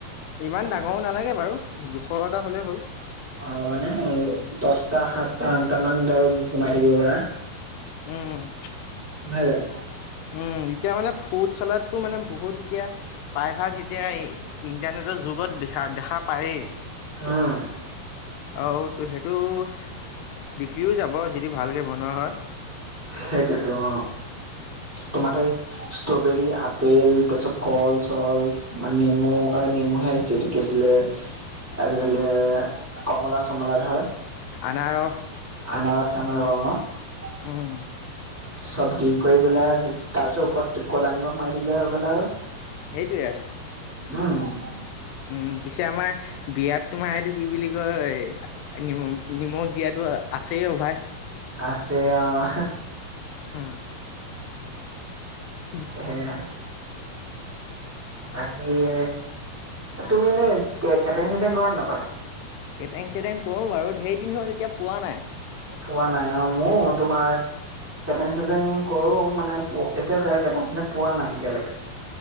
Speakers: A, on the left; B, in the centre.
A: ইমান ডাঙৰো নালাগে বাৰু, জোখৰ এটা হ'লেই হ'ল',
B: অহ', মানে এই দছটা সাতটা আঠটা মান ধৰ সোমাই থাকিব পাৰা?
A: উম', -উম',
B: নাই জানোঁ',
A: উম', এতিয়া মানে ফ্ৰুড চালডটো মানে বহুত এতিয়া, প্ৰায়ভাগ এতিয়া এই', ইণ্টাৰনেটৰ যুগত দেখা - দেখা পায়েই',
B: উম
A: আহও সেইটোছ', বিক্ৰী হয় যাব যদি ভালকৈ বনোৱা হয়',
B: সেইটোতো অহ', তোমাৰ তাৰে', ষ্ট্ৰবেৰী আপেল তাৰপিছত কল - চল, মানে নেমু অ', নেমুহে আহিছে এইটোত', কি আছিলে, আৰু কমলা - চমলা ধৰ',
A: আনাৰস',
B: আনাৰস - চানাৰস অহ',
A: উম
B: চব দিক', কৰি পিলে আৰু তাৰ পিছত ওপৰত ক'লা নিমখ মাৰি দিলে হৈ গ'ল আৰু',
A: সেইটোৱে আৰু',
B: উম',
A: উম', -উম', পিছে আমাৰ', বিয়াত তোমাৰ এইটো কি বুলি কয়, নিম-নিমখ দিয়াতো আ', - আছেই অভ্যাস',
B: আছে অহ', হা',
A: হোম', উম',
B: সেয়া বাকী ইয়ে, তুমি এনেই, কে', - কেটেং - চেটেং কৰা নে নকৰা?
A: কেটেং - চেটেং কৰোঁ বাৰু, ধেৰ দিন হ'ল এতিয়া পোৱা নাই',
B: পোৱা নাই অহ', মোৰ তোমাৰ', কেটেং - চেটেং কৰোঁ মানে পো', এতিয়াও কেট', -কেটেং- চেটেং পোৱা নাই এতিয়ালৈকে',